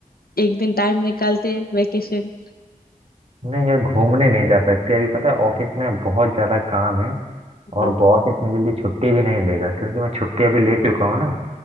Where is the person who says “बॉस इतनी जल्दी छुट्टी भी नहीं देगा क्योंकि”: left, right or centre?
Right